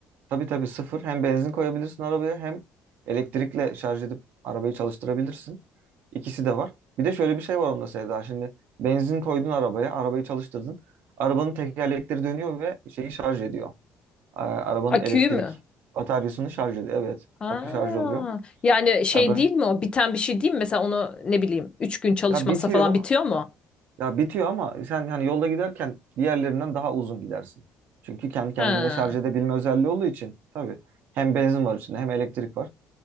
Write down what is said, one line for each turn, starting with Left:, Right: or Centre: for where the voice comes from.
Right: Tabii tabii sıfır. Hem benzin koyabilirsin arabaya hem elektrikle şarj edip arabayı çalıştırabilirsin. İkisi de var. Bir de şöyle bir şey var onda Sevda. Şimdi benzin koydun arabaya, arabayı çalıştırdın. Arabanın tekerlekleri dönüyor ve şeyi şarj ediyor. A- Arabanın
Left: Aküyü
Right: elektrik
Left: mü?
Right: bataryasını şarj ediyor. Evet,
Left: Aa,
Right: akü şarj oluyor.
Left: yani şey
Right: Ya böyle
Left: değil mi o? Biten bir şey değil mi? Mesela onu ne bileyim 3 gün çalışmazsa
Right: ya bitiyor
Left: falan bitiyor mu?
Right: Ya bitiyor ama sen hani yolda giderken diğerlerinden daha uzun gidersin. Çünkü kendi kendinde
Left: Ha.
Right: şarj edebilme özelliği olduğu için tabii hem benzin var içinde hem elektrik var.